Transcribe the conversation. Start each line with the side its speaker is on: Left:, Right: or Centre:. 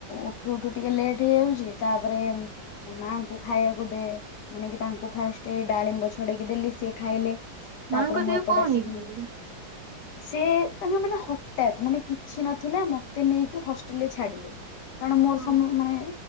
Left: ଉଠୁ ଉଠୁ ଟିକେ ଲେଟ୍ ହେଇଯାଉଛି, ତାପରେ ମା ଖାଇବାକୁ ଦେ ମାନେ କି ତାଙ୍କୁ ଫାଷ୍ଟେ ଡାଳିମ୍ବ ଛଡେଇକି ଦେଲି ସିଏ ଖାଇଲେ
Right: ମାଙ୍କ
Left: ତାପରେ ମୁଁ
Right: ଦେହ
Left: ଏପଟେ
Right: କଣ
Left: ଆସିକିନି
Right: ହେଇଛି?
Left: ସେ <unintelligible> ମାନେ ହଠାତ୍ ମାନେ କିଛି ନଥିଲା ମତେ ନେଇକି ହଷ୍ଟେଲ ରେ ଛାଡିଲେ। କାରଣ ମୋର
Right: ହଁ
Left: ସମ ମାନେ